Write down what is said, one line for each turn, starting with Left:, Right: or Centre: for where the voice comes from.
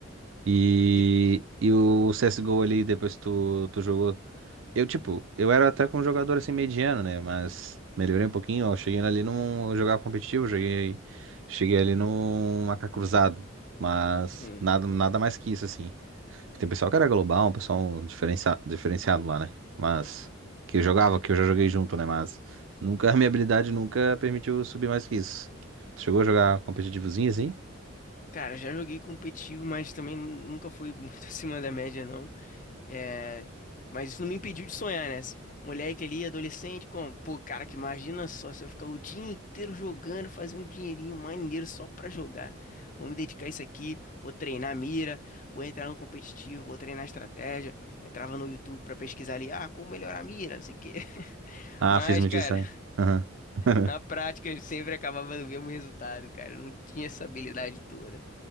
Right: E,
Left: E,
Right: e o CSGO ali, depois que tu, tu jogou. Eu, tipo, eu era até com um jogador assim mediano, né? Mas melhorei um pouquinho, ó. Cheguei ali num jogar competitivo, cheguei, cheguei ali num AK cruzado. Mas
Left: sim,
Right: nada, nada mais que isso, assim. Tem pessoal que era global, um pessoal diferencia, diferenciado lá, né? Mas que eu jogava, que eu já joguei junto, né? Mas nunca, <laughs> a minha habilidade nunca permitiu subir mais que isso. Tu chegou a jogar competitivozinho assim?
Left: cara, já joguei competitivo, mas também nu- nunca fui muito <laughs> acima da média, não. É, mas isso não me impediu de sonhar, né? Esse Moleque ali, adolescente, como, pô, cara, que imagina só se eu ficar o dia inteiro jogando, fazer um dinheirinho maneiro só pra jogar. Vou me dedicar a isso aqui, vou treinar a mira, vou entrar no competitivo, vou treinar a estratégia. Entrava no YouTube pra pesquisar ali, ah, como melhorar a mira, não sei o quê. <laughs>
Right: Ah,
Left: Mas,
Right: fiz muito
Left: cara,
Right: isso também. Aham. <laughs>
Left: na prática eu sempre acabava no mesmo resultado, cara. Eu não tinha essa habilidade toda.